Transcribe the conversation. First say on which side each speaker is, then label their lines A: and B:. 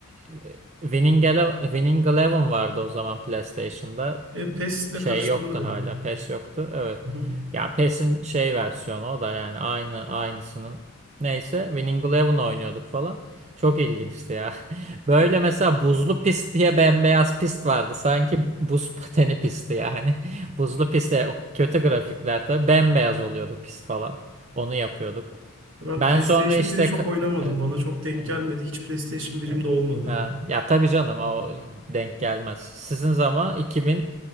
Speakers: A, on the right (about 30°); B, on the right (about 60°).
A: e, Winning Ele- Winning Eleven vardı o zaman PlayStation'da.
B: E, PES ile
A: Şey
B: karıştırılır
A: yoktu
B: ya.
A: hala. PES yoktu. Evet.
B: Hı hı.
A: Ya PES'in şey versiyonu o da yani aynı aynısının. Neyse Winning Eleven oynuyorduk falan. Çok ilginçti ya. <laughs> Böyle mesela buzlu pist diye bembeyaz pist vardı. Sanki buz pateni pisti yani. <laughs> Buzlu pistte kötü grafikler tabii bembeyaz oluyordu pist falan. Onu yapıyorduk.
B: Ben
A: Ben
B: PlayStation
A: sonra işte
B: biri çok
A: ka-
B: oynamadım.
A: evet,
B: Bana çok denk
A: evet.
B: gelmedi. Hiç PlayStation 1'im
A: Evet.
B: de olmadı.
A: Ha, ya tabii canım o denk gelmez. Sizin zaman 2000